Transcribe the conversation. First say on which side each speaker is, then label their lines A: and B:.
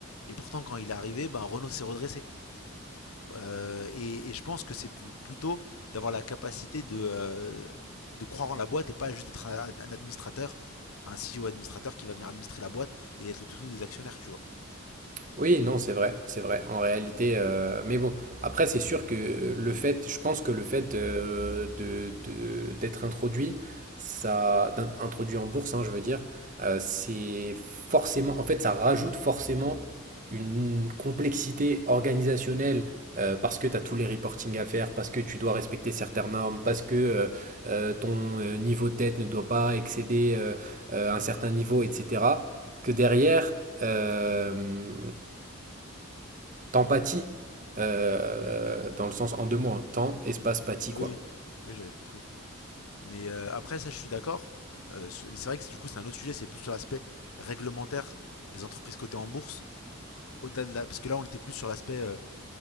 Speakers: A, on the left; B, on the right.
A: et pourtant quand il est arrivé, ben, Renault s'est redressé. Euh, et, et je pense que c'est p- plutôt d'avoir la capacité de, euh, de croire en la boîte et pas juste être un, un administrateur, un CEO administrateur qui va venir administrer la boîte et être le toutou des actionnaires, tu vois.
B: Oui, non, c'est vrai, c'est vrai. En réalité, euh, mais bon, après, c'est sûr que euh, le fait, je pense que le fait euh, de, de- d'être introduit, ça, d'in- introduit en bourse, hein, je veux dire, euh, c'est forcément, en fait, ça rajoute forcément une complexité organisationnelle euh, parce que tu as tous les reporting à faire, parce que tu dois respecter certaines normes, parce que euh, euh, ton euh, niveau de dette ne doit pas excéder euh, euh, un certain niveau, etc que derrière, euh, t'empathies, euh, dans le sens en deux mots, hein, temps, espace, pathie,
A: Oui,
B: quoi.
A: oui, oui, j'avais compris. Mais euh, après, ça, je suis d'accord. Euh, c'est mais c'est vrai que du coup, c'est un autre sujet, c'est plus sur l'aspect réglementaire des entreprises cotées en bourse. Au-delà de la- Parce que là, on était plus sur l'aspect euh,